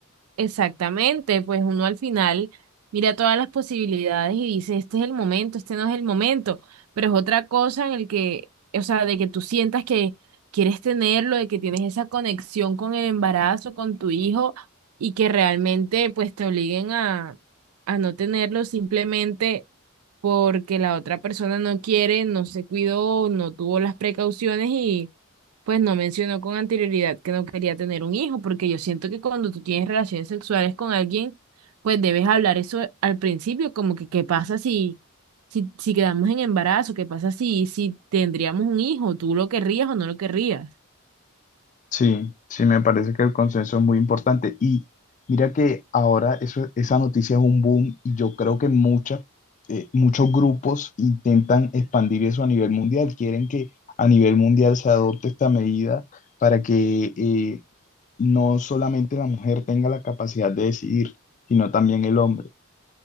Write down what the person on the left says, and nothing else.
Sí, sí, me parece que el consenso es muy importante. Y mira que ahora eso, esa noticia es un boom y yo creo que muchas, eh, muchos grupos intentan expandir eso a nivel mundial, quieren que a nivel mundial se adopte esta medida para que eh, no solamente la mujer tenga la capacidad de decidir, sino también el hombre.